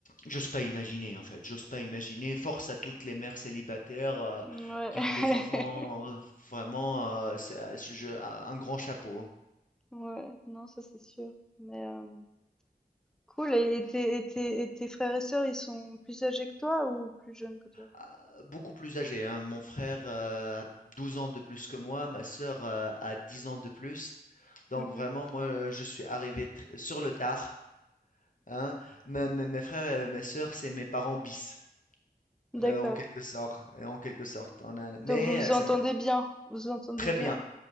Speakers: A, on the left (about 55°); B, in the centre.
A: j'ose pas imaginer, en fait, j'ose pas imaginer. Force à toutes les mères célibataires, heu,
B: mm, ouais,
A: qui ont des enfants,
B: <laughs>
A: heu, vraiment, heu, ça je un grand chapeau, hein.
B: ouais, non ça c'est sûr, mais euh, cool. Et, et tes, et tes, et tes frères et sœurs, ils sont plus âgés que toi ou plus jeunes que toi?
A: Ah, beaucoup plus âgé, hein. Mon frère, heu, a 12 ans de plus que moi, ma sœur, heu, a 10 ans de plus. Donc
B: Mhm.
A: vraiment, moi, heu, je suis arrivé tr sur le tard, hein. Mes mes mes frères et mes sœurs, c'est mes parents bis,
B: D'accord.
A: heu, en quelque sorte, en quelque sorte. On a
B: Donc
A: mais,
B: vous vous
A: heu,
B: entendez
A: ça
B: bien, vous vous entendez
A: très
B: bien.
A: bien.